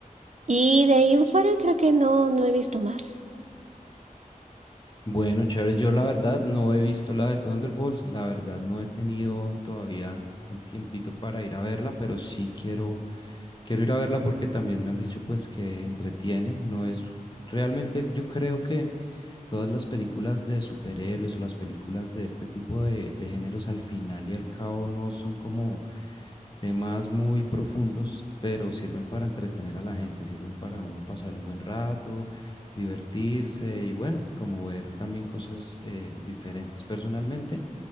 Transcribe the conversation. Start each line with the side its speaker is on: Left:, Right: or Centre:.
Right: Y de ahí en fuera creo que no, no he visto más.
Left: Bueno, chévere, yo la verdad no he visto la de Thunderbolts, la verdad no he tenido todavía el tiempito para ir a verla, pero sí quiero Quiero ir a verla porque también me han dicho pues que entretiene, no es realmente yo creo que todas las películas de superhéroes o las películas de este tipo de, de géneros al final y al cabo no son como temas muy profundos, pero sirven para entretener a la gente, sirven para uno pasar un buen rato, divertirse y bueno, como ver también cosas eh, diferentes. Personalmente,